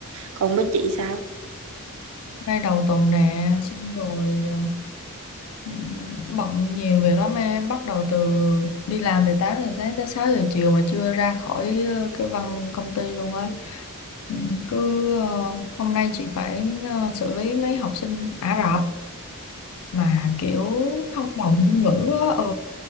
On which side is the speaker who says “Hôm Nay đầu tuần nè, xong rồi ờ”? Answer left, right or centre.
Left